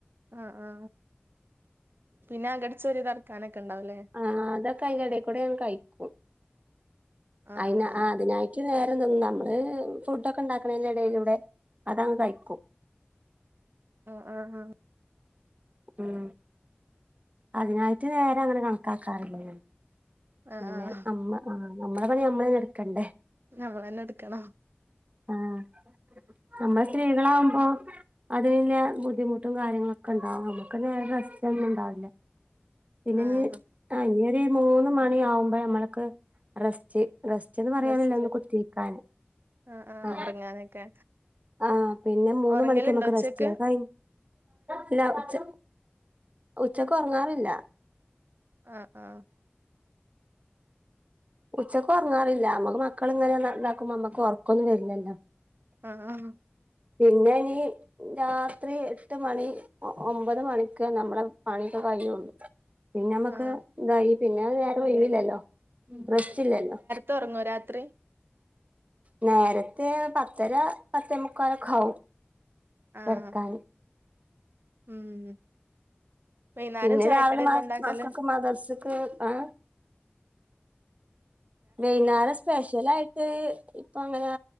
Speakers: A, on the right; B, on the right.
A: ആ ആ പിന്നെ അകടിച്ചുവാരി തൊടക്കാനൊക്കെ ഒണ്ടാവുലേ.
B: ആ അതൊക്കെ അയിന്റെടെക്കൂടെയങ്ങ് കഴിക്കും.
A: ആഹ്
B: അയ്നാ
A: ആഹ്
B: ആ അതിനായി ഇച്ചിരിനേരം നിന്നാ നമ്മക്ക് ഫുഡൊക്കെ ഒണ്ടാക്കണേന്റെ എടേലൂടെ അതങ്ങ് കഴിക്കും.
A: അ അ അ
B: ഉം അതിനായിട്ട് നേരങ്ങനെ കണക്കാക്കാറില്ല ഞാന്.
A: ആഹ്
B: പിന്നെ
A: ആഹ്
B: അമ്മ ആ നമ്മളെ പണി നമ്മളന്നെ എടുക്കണ്ടേ
A: ഞമ്മളെന്നെ എടുക്കണം.
B: ആഹ് നമ്മള് സ്ത്രീകളാവുമ്പോ അതുപിന്നെ ബുദ്ധിമുട്ടും കാര്യങ്ങളൊക്കെണ്ടാവും നമ്മക്കു പിന്നെ റസ്റ്റൊന്നും ഉണ്ടാവില്ല. പിന്നെ ഞ്ഞീ
A: ആഹ്
B: ആ ഇനിയൊരു മൂന്നുമണിയാവുമ്പേ ഞമ്മള്ക്ക് റസ്റ്റ് റസ് ചെന്ന് പറയാനില്ല
A: റെസ്റ്റ്
B: ഒന്ന് കുത്തിരിക്കാന്.
A: ആഹ് ആഹ്
B: ആ
A: ഒറങ്ങാനൊക്കെ
B: ആ പിന്നെ മൂന്നുമണിക്കാ
A: ഒറങ്ങലുണ്ടോ
B: ഞമ്മക്ക്
A: ഉച്ചക്ക്
B: റെസ്റ്റ് അത് കയി ഇല്ല ഉച്ച ഉച്ചക്കൊറങ്ങാറില്ല.
A: ആ ആ
B: ഉച്ചക്കൊറങ്ങാറില്ല ഞമ്മക്ക് മക്കളിങ്ങനെ ഇതാക്കുമ്പോ ഞമ്മക്ക് ഒറക്കൊന്നും വരില്ലല്ലോ.
A: ആഹ്
B: പിന്നെ നീ രാത്രി എട്ടുമണി ഒ ഒമ്പതുമണിക്കെ നമ്മളെ പണിയൊക്കെ കയ്യൊള്ളൂ പിന്നെ അമ്മക്ക്
A: ആഹ്
B: ഇതായി പിന്നെ ഒരുനേരം ഒഴിവില്ലല്ലോ റെസ്റ്റില്ലല്ലോ
A: ഇപ്പം ഒറങ്ങുവോ രാത്രി
B: നേരത്തെ പത്തര പത്തെമുക്കാലൊക്കെയാവും
A: ആഹ്
B: കെടക്കാന്.
A: ഉം വൈന്നേരം
B: പിന്നെ
A: ചായക്കടി
B: രാവിലെ
A: എന്താ
B: മസ്
A: ഇണ്ടാക്കല്
B: മക്കക്ക് മദർസെക്ക് ആ വൈന്നേരം സ്പെഷ്യലായി ട്ട് ഇപ്പങ്ങനെ